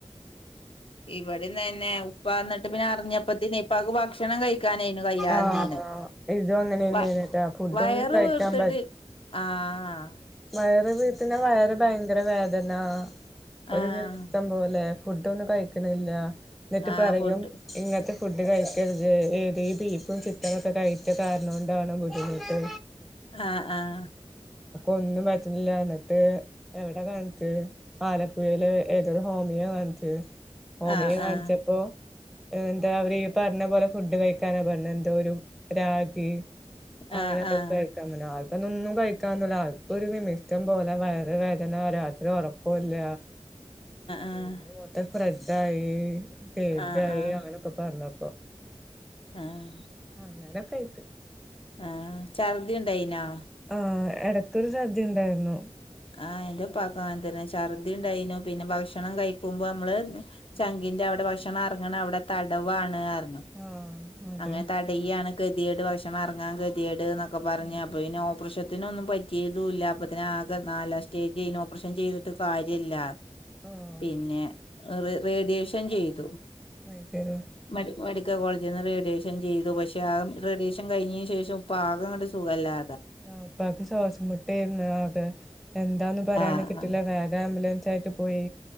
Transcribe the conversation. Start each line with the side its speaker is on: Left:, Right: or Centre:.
Left: ഇവടിം തന്നെ ഉപ്പ ഇന്നട്ട് പിന്നെ അറിഞ്ഞപ്പത്തിനെ ഇപ്പാക്ക് ഭക്ഷണം കയ് ക്കാനേനു കയ്യാതെന്നീൻ
Centre: ആഹ് ഇതും അങ്ങനെ തന്നെയാണട്ടാ
Left: വ
Centre: ഫുഡൊന്നും
Left: വയറ്
Centre: കഴിക്കാൻ
Left: വീർത്തിട്ട്.
Centre: പറ്റ
Left: ആഹ് ഹ
Centre: വയറ് വീർത്ത്ണ് വയറ് ഭയങ്കര വേദന ഒരു
Left: ആഹ്
Centre: വിമിഷ്ടം പോലെ. ഫുഡൊന്നും കഴിക്കണില്ല ഇന്നിട്ട്
Left: ആഹ്
Centre: പറയും.
Left: ഫുഡ്
Centre: ഇങ്ങത്തെ ഫുഡ് കയിക്കരുത് ഏടീ ബീഫും ചിക്കനൊക്കെ കയ്ച്ച കാരണം കൊണ്ടാണോ ബു ദ്ധിമുട്ട്.
Left: ആ ആഹ്.
Centre: ഒന്നും പറ്റണില്ല എന്നിട്ട് എവിടെ കാണ്ച്ച്. ആലപ്പുഴയില് ഏതോ ഒരു ഹോമിയ കാണ്ച്ച് ഹോമിയ
Left: ആഹ്
Centre: കാണ്ച്ചപ്പോ.
Left: ആഹ്
Centre: അഎന്താ അവര് ഈ പർഞ്ഞ പോലെ ഫുഡ് കഴിക്കാനാ പറഞ്ഞത് എന്തോ ഒരു രാഗി.
Left: ആഹ്
Centre: അങ്ങനെ ഇതൊക്കെ
Left: ആഹ്
Centre: കഴിക്കാൻ പർഞ്ഞ് ആൾക്ക്തൊന്നും കഴിക്കാത്ത ഒരാൾ. ഒരു വിമിഷ്ടം പോലെ വയർ വേദന രാത്രി ഒറക്കുല്ല.
Left: ആഹ്
Centre: പിന്നെ മൊത്തം സ്പ്രെഡായി സ്റ്റേജായി
Left: ആഹ് ആഹ്
Centre: അങ്ങനൊക്കെ പറഞ്ഞപ്പോ.
Left: ആഹ്.
Centre: അങ്ങനൊക്കെ ആയിട്ട്.
Left: ആഹ് ഛർദി ഇണ്ടായിനോ?
Centre: ആ എടക്കൊരു ചർദി ഉണ്ടായിരുന്നു.
Left: ആഹ് എന്റുപ്പാക്കു അങ്ങൻതന്നെ ഛർദ്ദി ഉണ്ടായിനു പിന്നെ ഭക്ഷണം കഴിക്കുമ്പോ അമ്മള്. ചങ്കിന്റെ അവിടെ ഭക്ഷണം എറങ്ങ്ണ അവിടെ തടവാണ് അർഞ്ഞു.
Centre: ആഹ് അതെ
Left: അങ്ങനെ തടയാണ് കെതിയേട് ഭക്ഷണം എറങ്ങാൻ കെതിയേട് ന്നൊക്കെ പർഞ്ഞ്
Centre: ഉം
Left: അപ്പൊ പിന്നെ ഓ പ്റേഷത്തിനൊന്നും പറ്റിയതുല്ല അപ്പത്തിനാകെ നാലാം സ്റ്റേജേനിം ഓപ്പ്റേഷൻ ചെയ്തിട്ട് കാര്യല്ല.
Centre: ആഹ്
Left: പിന്നെ ഹ് റേഡിയേഷൻ ചെയ്തു.
Centre: വൈക്കരോ.
Left: മെസ് മെഡ്ക്കൽ കോളേജിന്ന് റേഡിയേഷൻ ചെയ്തു പക്ഷെ ആ റേഡിയേഷ ൻ കഴിഞ്ഞിന് ശേഷം ഇപ്പാകങ്ങട്ട് സുഖംല്ലാ.
Centre: ആ ഉപ്പാക്ക് ശ്വാസം മുട്ടേര്ന്നു അത് എന്താന്ന് പറയാൻ
Left: ആഹ്
Centre: കിട്ടില്ല
Left: ആഹ്
Centre: വേഗ ആംബുലൻസ് ആയിട്ട് പോ പോയി